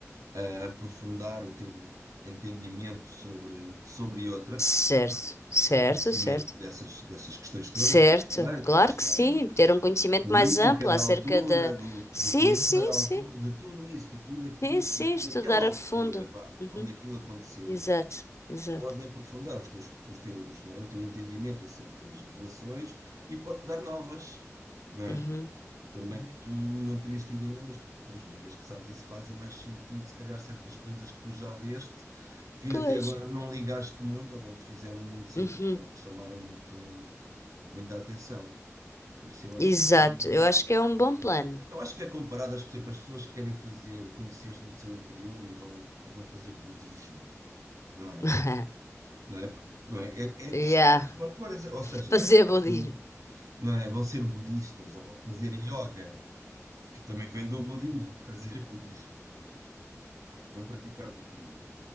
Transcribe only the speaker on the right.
a aprofundar o teu entendimento sobre, sobre outras,
o conhecimento
dessas, dessas questões todas
que eu falei, da
questão
política
da
altura,
do,
do clima
da altura,
de tudo isso, de tudo aquilo,
daquela
altura,
vá,
onde aquilo aconteceu
pode aprofundar os teus, os teus, não é? O teu entendimento em certas revelações e pode-te dar novas, não é?
Também
que tu não terias tido ainda, mas que depois, uma vez que sabes isso, fazem mais sentido, se calhar, certas coisas que tu já leste, que
até agora não ligaste muito, ou não te fizeram muito sentido,
ou não te chamaram muito, muita atenção. Por isso eu acho
que
eu acho que é comparado, às- por exemplo, as pessoas que querem fazer, conhecer o seu interior e vão, e vão fazer budismo, não é?
não é? Porque, não é? É,
é, será a mesma coisa, ou seja,
quando- não é? Vão ser budistas ou vão fazer yoga, que também vem do budismo, <laughs> fazer budismo, vão praticar budismo.